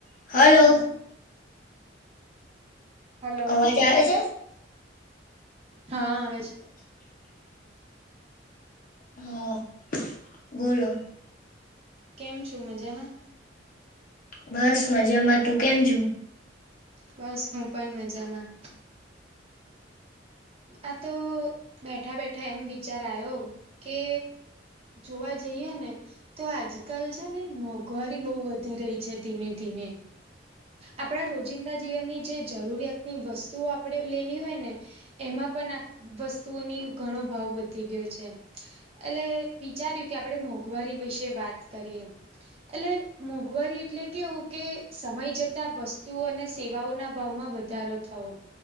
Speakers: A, on the left (about 45°); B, on the right (about 35°).
A: Hello!
B: Hello
A: અવાજ આવે છે?
B: હા, આવે છે.
A: <inaudible> હા, બોલો.
B: કેમ છો? મજામા.
A: બસ મજામાં. તું કેમ છુ?
B: બસ હું પણ મજામાં. આ તો બેઠા બેઠા એમ વિચાર આયો કે, જોવા જઈએ ને તો આજકાલ છે ને મોંઘવારી બહુ વધી રહી છે, ધીમે ધીમે આપણા રોજિંદા જીવનની જે જરૂરિયાતની વસ્તુઓ આપણે લેવી હોય ને, એમાં પણ આ વસ્તુઓની ઘણો ભાવ વધી ગયો છે, એટલે વિચાર્યું કે આપણે મોંઘવારી વિશે વાત કરીએમ એટલે મોંઘવારી એટલે કેવું કે સમય જતા વસ્તુઓ અને સેવાઓ ના ભાવમાં વધુ વધારો થવો,